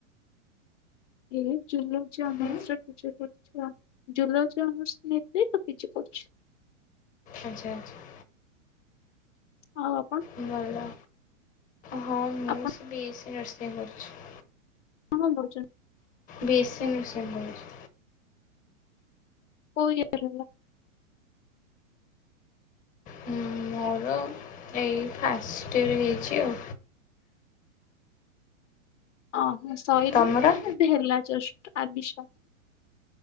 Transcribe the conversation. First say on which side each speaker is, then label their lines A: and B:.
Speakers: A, on the left (about 60°); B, on the left (about 20°).
A: ଏଇ ଜୁଲୋଜି ଅନର୍ସ
B: ଉଁ
A: ରଖିଚି ପଢୁଛି ଆଉ। ଜୁଲୋଜି ଅନର୍ସ ନେଇଥିଲି ତ ପିଜି କରୁଚି।
B: ଆଛା ଆଛା।
A: ଆଉ ଆପଣ?
B: ଭଲ ହଁ ମୁଁ
A: ଆପଣ
B: ସେ ବିଏସି ନର୍ସିଂ କରିଛି।
A: <inaudible> କଣ ପଢୁଛନ୍ତି?
B: ବି ଏ ସି ନର୍ସିଙ୍ଗ କରୁଚି।
A: କଉ ଇଅର ହେଲା?
B: ହଁ ମୋର ଏଇ ଫାଷ୍ଟଇୟର ହେଇଛି ଆଉ।
A: ଓ ହୋ ଶଇନି
B: ତମର
A: ଏବେ ହେଲା ଜଷ୍ଟ ଆଡ଼ମିଶନ।